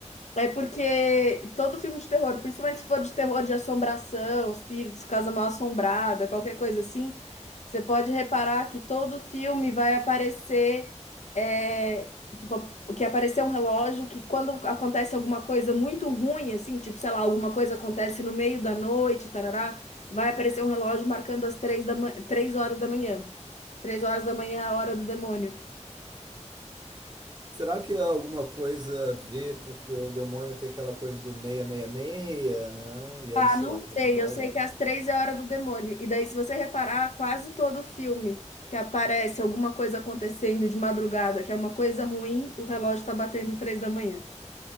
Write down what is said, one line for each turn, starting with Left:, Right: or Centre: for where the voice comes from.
Left: É porque todo filme de terror, principalmente se for de terror de assombração, espíritos, casa mal assombrada, qualquer coisa assim, você pode reparar que todo filme vai aparecer, é, tipo, que aparecer um relógio que quando acontece alguma coisa muito ruim, assim, tipo, sei lá, alguma coisa acontece no meio da noite, tarará, vai aparecer um relógio marcando as três da ma- três horas da manhã. Três horas da manhã é a hora do demônio.
Right: será que é alguma coisa a ver, porque o demônio tem aquela coisa do 666, né? E
Left: Ah,
Right: aí, sei
Left: não
Right: lá, né?
Left: sei. Eu sei que às três é a hora do demônio. E daí, se você reparar, quase todo filme que aparece alguma coisa acontecendo de madrugada, que é uma coisa ruim, o relógio tá batendo três da manhã.